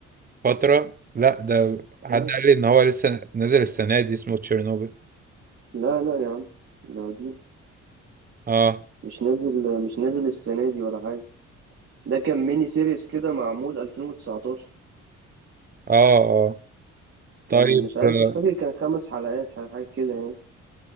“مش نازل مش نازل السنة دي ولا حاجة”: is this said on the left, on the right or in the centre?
Right